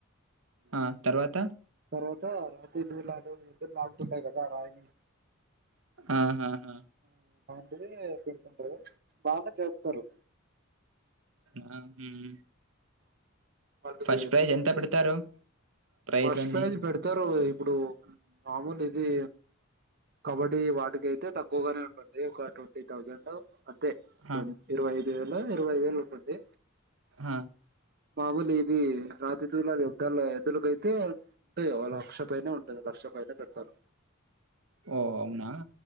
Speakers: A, on the right; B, on the right.
A: ఆ తర్వాత
B: తర్వాత రాతి దూలాలు ఇద్దరు లాగుతుంటాయి కదా రాయి
A: ఆహాహా
B: ఇవే పెడుతుంటరు బాగా జరుపుతరు
A: ఆ హమ్ హమ్
B: మళ్ళీ
A: ఫస్ట్ ప్రైజ్ ఎంత పెడతారు ప్రైజ్‌లన్నీ?
B: ఫస్ట్ ప్రైజ్ పెడతరు ఇ ఇప్పుడు మామూల్ ఇది కబడ్డీ వాటికి ఐతే తక్కువగానే ఉంటుంది ఒక ట్వంటీ థౌజండు అంతె టోన్
A: ఆ!
B: ఇరవైదు వేలో ఇరవై వేలు ఉన్ కొద్ది
A: ఆ!
B: బాబుల్ ఇదీ రా తీ దూల యుద్ధాల్లో ఎద్దులకైత్ తే ఉంటాది లక్ష పైనే ఉంటంది లక్ష పైనే పెడతారు
A: ఓహ్! అవునా?